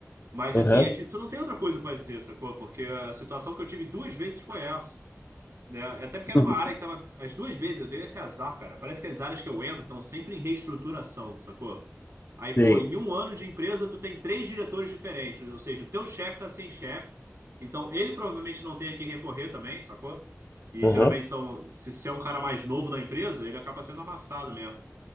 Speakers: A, on the right; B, on the left.
A: Mas
B: aham,
A: assim, é de- tu não tem outra coisa pra dizer, sacou? Porque a situação que eu tive duas vezes foi essa, né? Até porque era
B: uhum,
A: uma área que tava. As duas vezes eu dei esse azar, cara. Parece que as áreas que eu entro estão sempre em reestruturação, sacou? Aí,
B: sei,
A: pô, em um ano de empresa, tu tem três diretores diferentes. Ou seja, o teu chefe tá sem chefe. Então, ele provavelmente não tem a quem recorrer também, sacou? E
B: aham.
A: geralmente são, se, se é um cara mais novo na empresa, ele acaba sendo amassado mesmo.